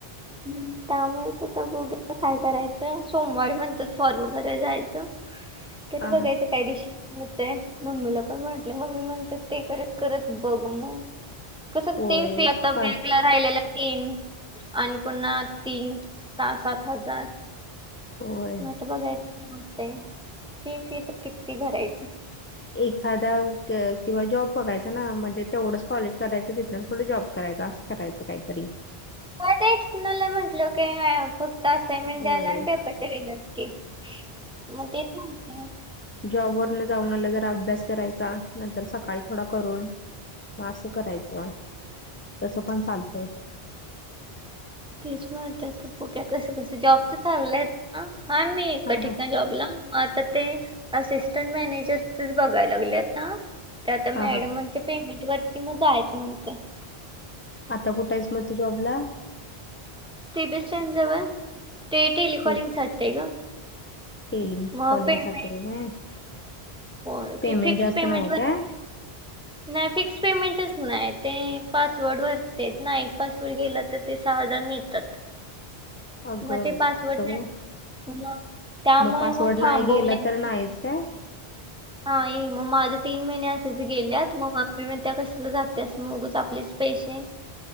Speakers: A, in the centre; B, on the left.
A: हं, त्यामुळेचं आता बघूया काय करायचं, सोमवारी म्हणत्यात फॉर्म भरायला जायचं. तरी
B: हा
A: बघायचं
B: हा
A: काय दिवशीऽ हुतय,, मम्मीला पण म्हटलं, मम्मी म्हणते ते करत करत बघ मग. कसं
B: होय
A: ते तीन आता
B: काल
A: बॅकला राहिलेलं तीन. आणि पुन्हा ती, सहा सात हजार.
B: होय
A: मग आता बघायचं काय होतंय,, फी फी तर किती भरायची?
B: एखादा किंवा जॉब बघायचा ना,, म्हणजे तेवढंच कॉलेज करायचं तिथंन पुढं जॉबऽ करायच असं करायचं काहीतरी.
A: होय ते एक्स्टर्नल म्हंटल्यावर काऐ फक्तऽ असाईनमेंट द्यायला
B: होय
A: आणि पेपरच्या वेळेलाच की, मग तेच म्हटलं.
B: जॉब वरन जाऊन आल्यावर जरा अभ्यास करायचा, नंतर सकाळी थोडा करून. मग असं करायचं, तस पण चालतंय.
A: तेच म्हणत्या आता, बघूया आता कस कसं, जॉबच चाललंयऽ हाय मी एका
B: हा
A: ठिका
B: हा
A: जॉबला,, मग आताऽ ते असिस्टंट मॅनेजरचेच बघायला लागले आहे आता. तर आता
B: हा
A: मॅडमांच्या
B: हा
A: पेमेंट वरती मग जायचं म्हणत्या.
B: आता कुठे आहेस मग तू जॉब ला?
A: सी बी एस स्टँड जवळ,, ते टेलिकॉलिंग
B: ते
A: साठी हाय ग.
B: टेलिंग
A: मग
B: कॉलिंगसाठी
A: पेमेंट
B: होय,,
A: होय
B: पेमेंट
A: ते फिक्स
B: जास्त
A: पेमेंट
B: नाही काय?
A: नाही फिक्स पेमेंटच नाही. ते पासवर्ड वरती आहेत ना? एक पासवर्ड गेला तर ते सहा हजार मिळतात.
B: अगं
A: म ते
B: बाई
A: पासवर्ड
B: असं
A: नाही
B: व्हय
A: मग- त्यामुळे
B: मग पासवर्ड
A: थांबवले
B: नाही गेला
A: मी
B: तर नाहीच काय?
A: नाही. मग माझ तीन महिने असेच गेल्यात. मग मम्मी म्हणतेया कशाला जातेयास मग उगच आपलेच पैसे-